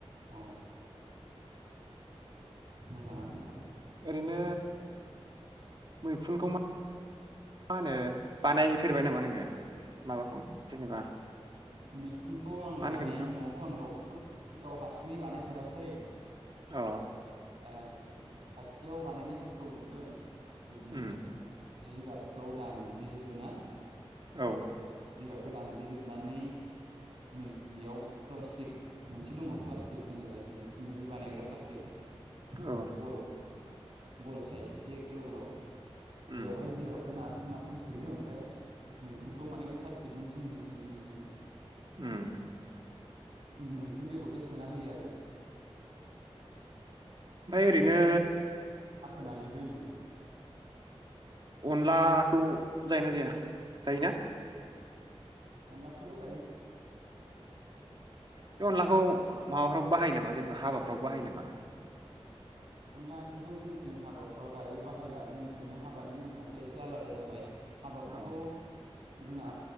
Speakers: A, on the right; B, on the right.
A: अ मोजाङानो नोंथां।
B: ओरैनो मैखुनखौ मा मा होनो बानायफेरबाय नामा नोङो माबाखौ जेनेबा
A: मैखुनखौ आं
B: मा
A: बानाय
B: होनगोन बेखौ
A: न'आवथ' आं गाव खुद गाव हारसिङै बानायफेराखै
B: अ
A: ओ खाथियाव बानायनायफोरखौ नुदों बिदिनो
B: उम
A: जिगाबखौ दानग्लिजोबो ना
B: औ
A: जिगाबखो दानग्लिजोबनानै मै बेयाव प्लास्टिक मोनसे दङ प्लास्टिक जेनेबा मैखुननि बे बानायग्रा बे प्लास्टिक
B: औ
A: गल गल साइज एसे गोलाव गोलाव
B: उम
A: बेवहाय जिगाबखो नार नारथुम सोयो ओमफ्राय मैखुनखौ माने बे फ्लास नि जिं जिं जिं जिं
B: उम
A: मि मैखुन बेगरखौ सोना होयो आरो
B: ओमफ्राय ओरैनो
A: खोनानै दोनो
B: अनलाखौ जायोना जाया जायोना
A: अनलाखौबो जायो
B: बे अनलाखौ माबाफ्रावबो बाहायो नामा जेनेबा हाबाफ्रावबो बाहायो नामा
A: अनला ओंख्रिखौ जोंनिथिं हाबाफ्राव दायो बाहायला जोंनिथिं माने हाबानि नेमखान्थिया एसे आलादा जाबाय हाबाखौथ'
B: औ
A: जोंना